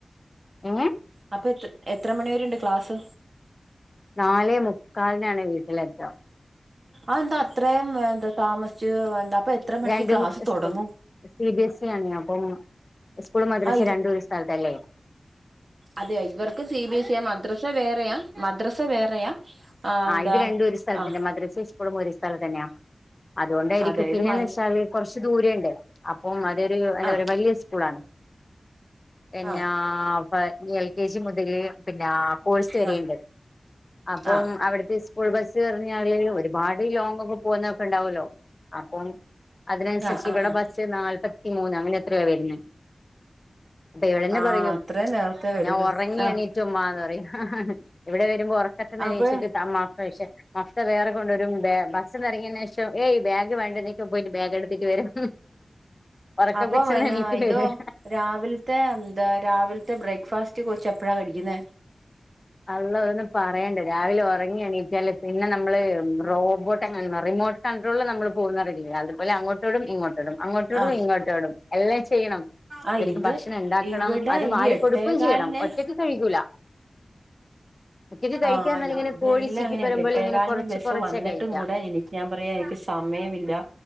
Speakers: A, on the left; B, on the right.
A: എങ്ങെ
B: അപ്പെത്ര എത്ര മണിവരെണ്ട് ക്ലാസ്
A: നാലെ മുക്കാൽനാണ് വീട്ടിലെത്ത
B: ആന്താ അത്രേം ഏ എന്താ താമസിച്ച് എന്താ അപ്പ എത്ര മണിക്ക്
A: രണ്ടും
B: ക്ലാസ് തൊടങ്ങും
A: സി ബി എസ് ഇ ആണെയ് അപ്പം സ്കൂളും മദ്രസ്സിം
B: ആ
A: രണ്ടും ഒരു സ്ഥൽത്തല്ലേ
B: അതെ ഇവർക്കും സി ബി എസ് ഇയാ മദ്രസെ വേറെയ മദ്രസ വേറെയാ ആ എന്താ
A: ആഹ ഇത് രണ്ടും ഒരു സ്ഥൽതന്നെ
B: ആ
A: മദ്രസിം സ്‌കൂളും ഒരേ സ്ഥൽതന്ന്യാ അതുകൊണ്ടായിരിക്കും
B: അതെ ഇത്
A: പിന്നേന്ന്
B: മ
A: വെച്ചാല് കൊറച്ച് ദൂരണ്ട് അപ്പം അതൊരു എന്താ
B: ആ
A: പറയാ വലിയ സ്കൂൾ ആണ് പിന്നാ
B: ആ
A: പ എൽ കെ ജി മുതല് പിന്നാ കോഴ്സ് വെരേണ്ട്
B: ആ
A: അപ്പം
B: ആ
A: അവിടെത്തെ സ്കൂൾ ബസ്സ് നർഞാല് ഒര് പാട് ഈ ലോങ്ങൊക്കെ പോന്നൊക്കെ ഇണ്ടാവോലോ അപ്പം അതിനൻസരിച്ച്
B: ആ ആ
A: ഇവിടെ
B: ആ
A: ബ റ്റ്‌ നാൽപത്തിമൂന്ന് അങ്ങനെ എത്രയോ ആ വരുന്നെ. പ്പൊ ഇവളന്നെ
B: ആ
A: പറയും
B: അത്രയും നേരത്തെ വരൂല്ലേ
A: ഞാൻ ഒറങ്ങി
B: ആ
A: എണീറ്റുമ്മാന്നറയും ഇവിടെ വരുമ്പോ ഒറക്ക <unintelligible>
B: അപ്പൊ
A: മഫ്ത വേറെ കൊണ്ടരും ബേ <unintelligible> ബസ്സി‌ന്ന് എറങ്ങിയ ശേഷം ഏയ് ബേഗ് വേണ്ടേന്ന് ചോയിക്കുമ്പോ പോയിട്ട് ബേഗ് എടുത്തിട്ട് വെരും. ഒറക്കപ്പിച്ചിന്ന്
B: അപ്പൊ പിന്നെ
A: എണീറ്റ്
B: ഇത്
A: വര്യാ.
B: രാവിലത്തെ എന്താ രാവിലത്തെ ബ്രേക്ക്ഫാസ്റ്റ് കൊച്ച് എപ്പഴാ കഴിക്കുന്നെ?
A: അള്ളോ അതൊന്നും പറയണ്ട രാവിലെ ഉറങ്ങി എണീറ്റാല് പിന്നെ നമ്മള് റോബോ <unintelligible> കൺട്രോളിൽ നമ്മള് പോകുന്ന അറിയില്ലേ അതുപോലെ അങ്ങോട്ടോടും ഇങ്ങോട്ടോടും അങ്ങോട്ടോടും
B: ആ
A: ഇങ്ങോട്ടോടും എല്ലാം ചെയ്യണം.
B: ആ
A: ഇവരിക്കു
B: ഇത്
A: ഭക്ഷണം ഇണ്ടാക്കണം
B: ഇവിടെ
A: അത് വാരി
B: ഈ എട്ടേകാലിന്
A: കൊടുക്കയും ചെയ്യണം ഒറ്റക്ക് കഴിക്കൂല. ഒറ്റയ്ക്ക് കഴിക്കാന്നല്ല
B: ആഹ് ഇത്
A: ഇങ്ങനെ
B: ഇതെല്ലാം
A: കോഴി ചിക്കി
B: ഇങ്ങനെയാ
A: വരുമ്പോൾ
B: എട്ടേകാലിന്
A: ഇങ്ങനെ കുറച്ച്
B: ബസ്സു
A: കുറച്ചേ
B: വന്നിട്ടും
A: കഴിക്ക
B: കൂടെ എണീ ഞാൻ പറയാ എനിക്ക് സമയമില്ല